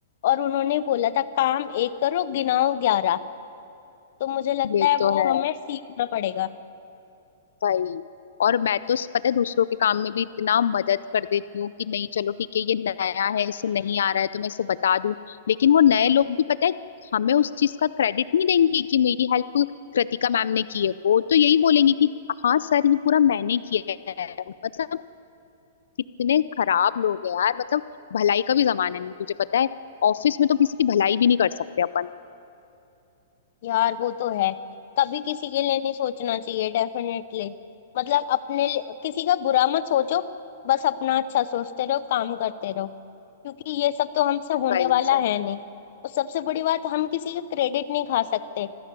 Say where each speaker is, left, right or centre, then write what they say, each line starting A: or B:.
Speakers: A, on the left; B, on the left.
A: और उन्होंने बोला था काम एक करो गिनाओ ग्यारह तो मुझे लगता
B: ये
A: है
B: तो
A: वो
B: है
A: हमें सीखना पड़ेगा
B: वही और मैं तो पता है दूसरों के काम में भी इतना मदद कर देती हूँ कि नहीं चलो ठीक है ये नया है इसे नहीं आ रहा है तो मैं इसे बता दूं लेकिन वो नए लोग भी पता है हमें उस चीज का क्रेडिट नहीं देंगे कि मेरी हेल्प कृतिका मैम ने की है वो तो यही बोलेंगे कि हाँ सर ये पूरा मैंने किया है मतलब कितने खराब लोग हैं यार मतलब भलाई का भी जमाना नहीं तुझे पता है ऑफिस में तो किसी की भलाई भी नहीं कर सकते अपन
A: यार वो तो है कभी किसी के लिए नहीं सोचना चाहिए डेफिनेटली मतलब अपने लिए- किसी का बुरा मत सोचो बस अपना अच्छा सोचते रहो काम करते रहो क्योंकि ये सब तो हमसे होने
B: वही
A: वाला
B: से
A: है नहीं और सबसे बड़ी बात हम किसी का क्रेडिट नहीं खा सकते